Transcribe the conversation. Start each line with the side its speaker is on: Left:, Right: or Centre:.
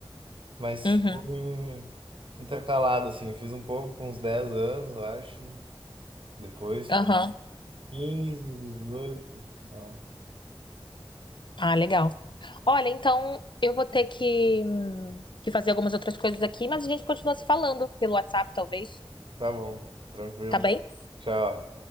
Right: Mas,
Left: Uhum.
Right: tipo, em- intercalado, assim. Fiz um pouco com uns 10 anos, eu acho. Depois
Left: Aham.
Right: com 15 18. sei lá.
Left: Ah, legal. Olha, então eu vou ter que, hum, que fazer algumas outras coisas aqui, mas a gente continua se falando pelo WhatsApp, talvez.
Right: Tá bom, tranquilo.
Left: Tá bem?
Right: Tchau.